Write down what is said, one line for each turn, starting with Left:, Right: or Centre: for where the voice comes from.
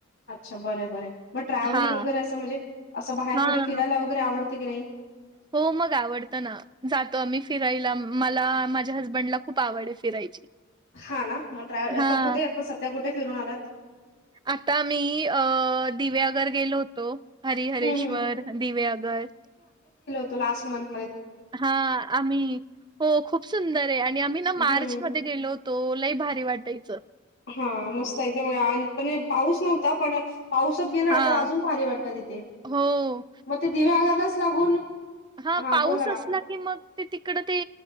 Left: अच्छा बर बर मग ट्रॅव्हलिंग
Right: हां,
Left: वगैरे असं म्हणजे असं बाहेर
Right: हां.
Left: कुठे फिरायला वगैरे आवडत क नाही
Right: हो मग आवडत ना जातो आम्ही फिरायला मला माझ्या हसबेडला खूप आवड फिरायची
Left: हा ना मग ट्रॅवल
Right: हां,
Left: आता कुठे येत सध्या कुठे फिरून आलात
Right: आता आम्ही अ दिव्यागर गेलो होतो हरिहरेश्वर
Left: हं, हं.
Right: दिव्यागर
Left: त लास्ट मंथ
Right: हा आम्ही हो खूप सुंदर आहे आणि आम्ही ना मार्च
Left: हं.
Right: मध्ये गेलो होतो लई भारी भरी वाटायचं
Left: हा मस्त एकदम पण पाऊस नव्हता पडत पाऊसात गेलं ना
Right: हां.
Left: तर अजून भारी वाटत तिथे
Right: हो,
Left: मग ते दिव्या आगारलाच लागून
Right: हा
Left: हां
Right: पाऊस
Left: बोला
Right: असला
Left: ना.
Right: की मग ते तिकड ते